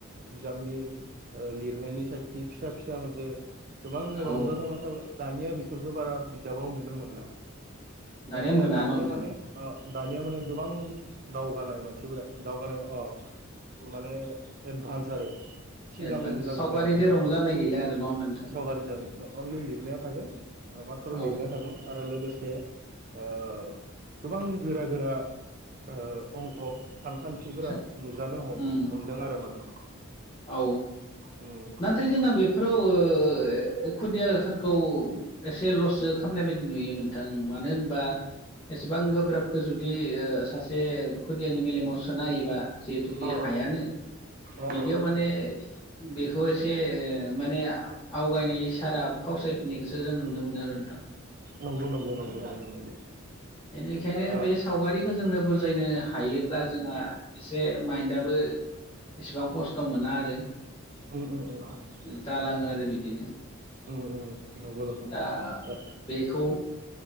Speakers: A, on the right (about 40°); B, on the left (about 30°).
A: बिजाबनि ओ लिरनायनि साइखि फिसा फिसा मोनसे गोबां रंजाथावना
B: औ
A: था दानिया बेफोरफोरखो बारा बिजाबाव नुनो मोनला।
B: दानिया
A: मानिया
B: मोना
A: दानिया
B: न' नोंथां
A: माने ओ दानिया माने गोबां दावगानाय मानसिफोरा दावगानाय अ माने एडभान्स आरो सिगां
B: एडभान्स
A: जाजोबनाय
B: सावगारिजों
A: मानसिफोरा
B: रंजानाय गैला आरो नङा होमबा नोंथां
A: सावगारिजों अनलि लिरनाया थागोन ओ माथ्र'
B: औ
A: लिरनाया थागोन आरो लोगोस से ओ गोबां गोरा गोरा ओ अंक सानखान्थिफोरा
B: सो
A: नुजानो ह-हमदों
B: उम
A: आरो माने
B: औ
A: उम
B: नाथाय जोंना बेफोराव ओ खुदियाफोरखौ एसे ल'सो खामनाय बायदि नुयोमोन नोंथां मानो होनबा एसेबां गोब्राबखौ जुदि ओ सासे खुदियानि मेलेमाव सोना होयोबा जिहेथु बे
A: अ
B: हाया। <unintelligible>
A: अ
B: बिदियाव माने बेखौ एसे ओ माने आवगायनाय सारा फावसाय फिननायखो सो जों नुनो मोनो आरो नोंथां।
A: नंगौ नंगौ नंगौ नंगौ नंगौ।
B: बेनिखायनो
A: ओ
B: बे सावगारिफोरजोंनो बुज जायनो हायोब्ला जोंहा एसे माइन्दआबो एसेबां खस्थ थ'' मोना आरो
A: उम उम उम
B: जालाङो आरो बिदिनो।
A: उम उम नंगौ नोंथां
B: दा
A: ओ
B: बेखौ